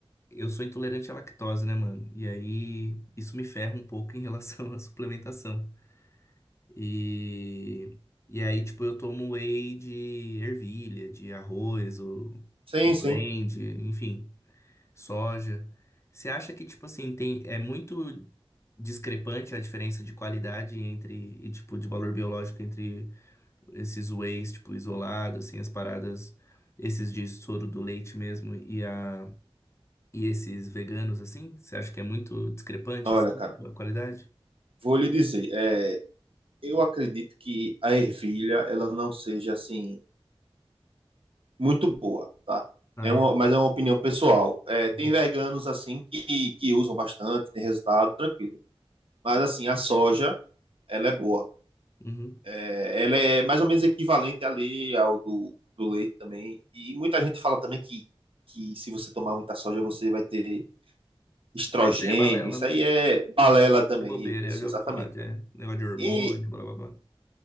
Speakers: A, on the left (about 25°); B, on the right (about 65°).
A: Eu sou intolerante à lactose, né, mano? E aí, isso me ferra um pouco em relação <laughs> à suplementação. E, e aí, tipo, eu tomo whey de ervilha, de arroz, o,
B: Sim,
A: o blend,
B: sim.
A: enfim, soja. Você acha que, tipo assim, tem, é muito discrepante a diferença de qualidade entre, e tipo, de valor biológico entre esses wheys, tipo, isolado assim, as paradas, esses de soro do leite mesmo e a... E esses veganos, assim, você acha que é muito discrepante,
B: Olha,
A: assim,
B: cara,
A: a qualidade?
B: vou lhe dizer, é, eu acredito que a ervilha, ela não seja, assim, muito boa, tá?
A: Ah,
B: É uma,
A: é?
B: mas é uma opinião pessoal. É, tem
A: Uhum.
B: veganos assim que, que usam bastante, tem resultado, tranquilo. Mas assim, a soja, ela é boa.
A: Uhum.
B: É, ela é mais ou menos equivalente ali ao do, do leite também. E muita gente fala também que, que se você tomar muita soja, você vai ter estrogênio.
A: Ah, Mas isso aí é balela,
B: Isso
A: né?
B: aí é balela também,
A: É bobeira,
B: isso,
A: eu já
B: exatamente.
A: ouvi falar de é, negócio de hormônio,
B: E
A: blá blá blá.